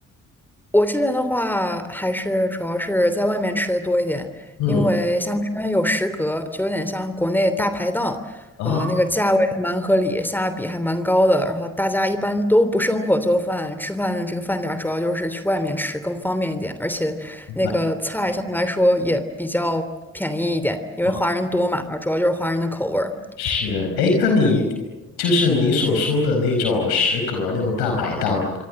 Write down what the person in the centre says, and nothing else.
我这边的话，还是主要是在外面吃的多一点，
因为像这边有食阁，就有点像国内大排档，
呃，那个价位还蛮合理，性价比还蛮高的。然后大家一般都不生火做饭，吃饭的这个饭点儿主要就是去外面吃更方便一点，而且那个菜相对来说也比较便宜一点，
因为华人多嘛，
然后主要就是华人的口味儿。